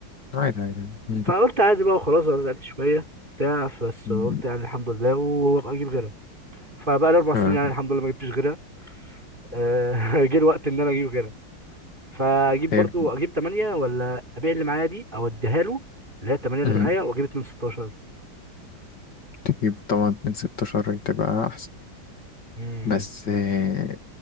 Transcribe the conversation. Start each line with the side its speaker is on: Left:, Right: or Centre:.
Left: عادي عادي مم.
Right: فقلت عادي بقى وخلاص انا زعلت شويه بتاع بس
Left: مم.
Right: قلت يعني الحمد لله وابقى اجيب غيرها فبقى لي اربع سنين
Left: اه
Right: يعني الحمد لله ما جبتش غيرها آه، <laughs> جه الوقت ان انا اجيب غيرها فاجيب
Left: حلو
Right: برضو اجيب 8 ولا ابيع اللي معايا دي او اديها له اللي هي 8 اللي
Left: مم.
Right: معايا واجيب 2 16
Left: تجيب طبعا من 16 تبقى احسن
Right: امم
Left: بس آه،